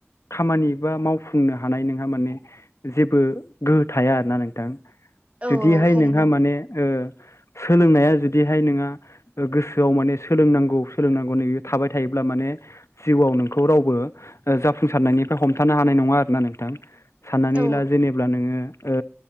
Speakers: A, on the left; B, on the right.
A: खामानि बा मावफुंनो हानाय नोंहा माने जेबो गोहो थाया आरोना नोंथां।
B: औ
A: जुदिहाय
B: औ थारैनो
A: नोंहा माने ओ सोलोंनाया जुदिहाय नोंङा गोसोआव माने सोलोंनांगौ सोलोंनांगौ नै थाबाय थायोब्ला माने जिउआव नोंखौ रावबो जाफुंसारनायनिफ्राय हमथानो हानाय नंङा आरोना नोंथां। साननानै
B: औ
A: ला जेनेब्ला नोंङो ओ